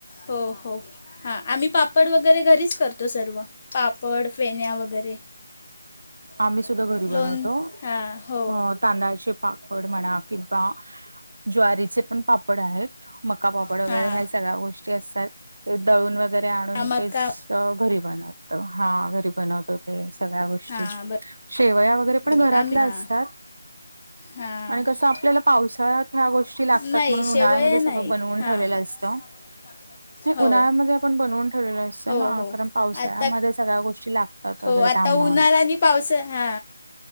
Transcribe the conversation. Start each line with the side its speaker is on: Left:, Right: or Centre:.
Left: हो हो हा आम्ही पापड वगैरे घरीच करतो सर्व पापड फेण्या वगैरे
Right: आम्ही सुद्धा घरी बनवतो
Left: लोण हां हो
Right: अ तांदळाचे पापड म्हणा किंवा ज्वारीचे पण पापड आहेत मकापापड वगैरे
Left: हां
Right: ह्या सगळ्या गोष्टी असतात ते दळून वगैरे आणून
Left: हां मका
Right: ते घरी बनवत हा घरी बनवत होते सगळ्या गोष्टी
Left: हां
Right: शेवया वर वगैरे
Left: बरोबर
Right: पण घरातल्या
Left: आम्ही हां
Right: असतात
Left: हां
Right: आणि कसं आपल्याला पावसाळ्यात ह्या गोष्टी लागतात
Left: नाही
Right: म्हणून
Left: शेवया
Right: उन्हाळ्यामध्ये सगळं
Left: नाही
Right: बनवून
Left: हां
Right: ठेवलेलं असत
Left: <unintelligible>
Right: उन्हाळ्यामध्ये
Left: हो
Right: आपण बनवून ठेवलेलं असत
Left: हो
Right: ना
Left: हो
Right: कारण पावसाळ्यामध्ये
Left: आता
Right: सगळ्या गोष्टी लागतात
Left: हो
Right: वगैरे
Left: आता
Right: त्यामुळे
Left: उन्हाळा आणि पावसा हा